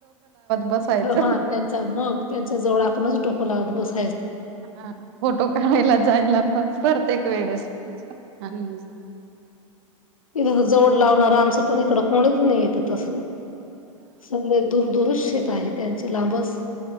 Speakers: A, on the right; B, on the left.
A: बसायचं.
B: हा त्यांचा मग त्यांच्या जवळ आपणच डोक लावत बस
A: हा फोटो काढायला जायला म प्रत्येक वेळेस. <inaudible>
B: इथे जवड लावणार आमचं पण इकडं कोणीच नाही येत तस. सगळे दूरदूरच शेत आहे त्यांची लांबच.